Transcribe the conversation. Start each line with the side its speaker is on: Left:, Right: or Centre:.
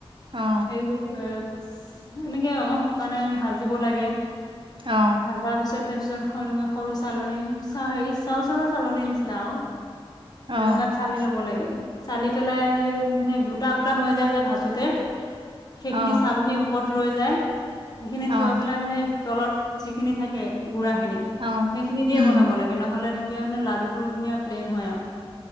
Right: অ অ
Left: হেৰি কৰ এ এনেকে অকন শুকানে ভাজিব লাগে।
Right: অ
Left: ভাজা পিছত তাৰপিছত সৰু চালনী হেৰি চাউল চালা চালনীৰ নিচিনা আৰু
Right: অ
Left: তেনেকুৱাত চালি ল'ব লাগে, চালি পেলাই সেই মানে গোটা গোটা হৈ যায় যে, ভাজোতে সেইখিনি
Right: অ
Left: চালনীৰ ওপৰত ৰৈ যায় সেইখিনি
Right: অ
Left: থৈ পেলাই মানে তলত যিখিনি থাকে গুৰা
Right: অ
Left: সেইখিনি দিয়ে
Right: উম
Left: বনাব লাগে নহ'লে তেতিয়া মানে লাডুটো ধুনীয়া প্লেইন হয় আৰু